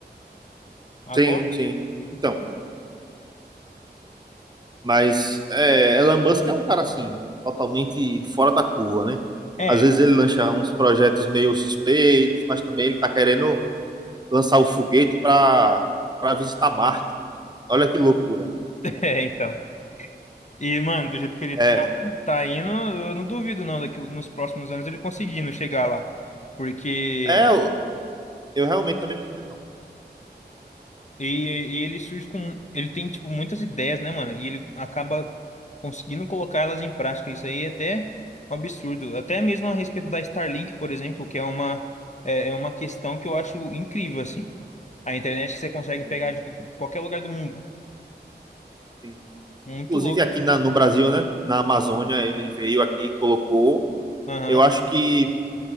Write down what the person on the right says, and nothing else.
Sim, sim. Então, Mas é, Elon Musk é um cara assim, totalmente fora da curva, né?
Às vezes ele lança uns projetos meio suspeitos, mas também ele tá querendo lançar o foguete para para visitar Marte. Olha que loucura.
É,
é, eu, eu realmente também não duvido não.
Tem-
tem-
Inclusive
aqui na, no Brasil, né? Na Amazônia, ele veio aqui, colocou.
Eu acho que